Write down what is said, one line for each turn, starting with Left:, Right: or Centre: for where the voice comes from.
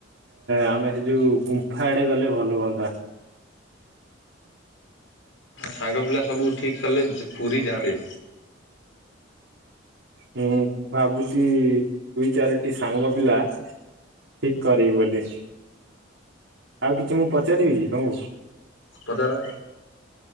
Right: ଆମେ ସେ ଯୋଉ ଗୁମ୍ଫା ଆଡେ ଗଲେ ଭଲ ହୁଅନ୍ତା।
Left: ସାଙ୍ଗ ପିଲା ସବୁ ଠିକ କଲେ ପୁରୀ ଯାଆନ୍ତେ।
Right: ହୁଁ ମୁଁ ଭାବୁଛି ଦୁଇ ଚାରିଟି ସାଙ୍ଗ ପିଲା। ଠିକ କରିବି ବୋଲି। ଆଉ କିଛି ମୁଁ ପଚାରିବି ତମକୁ।
Left: ପଚାର।